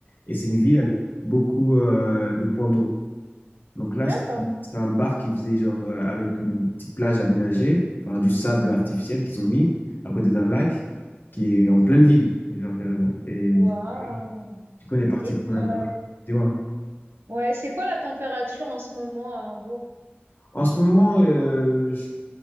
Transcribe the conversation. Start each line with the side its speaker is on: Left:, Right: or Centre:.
Left: Et c'est une ville
Right: D'accord.
Left: avec beaucoup euh, de points d'eau. Donc là,
Right: D'accord.
Left: c'était c'était un bar qui faisait genre euh, avec une petite plage aménagée, enfin du sable artificiel qu'ils ont mis à côté d'un lac qui est en pleine ville. Et genre carrément. Et
Right: Waouh.
Left: du du coup, on est parti
Right: Et
Left: prendre un verre.
Right: euh,
Left: Dis-moi.
Right: ouais, c'est quoi la température en ce moment à Hambourg?
Left: En ce moment, euh, je-